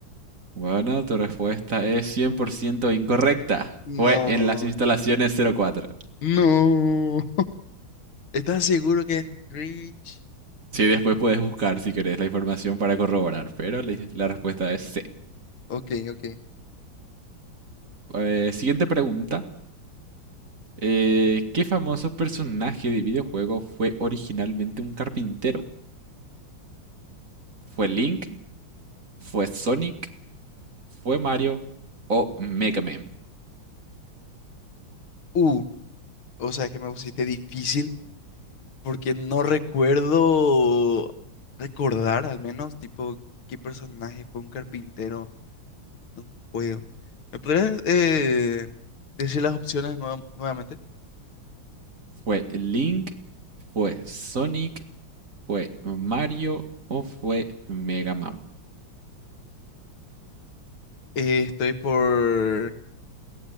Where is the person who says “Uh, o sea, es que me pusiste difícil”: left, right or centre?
Left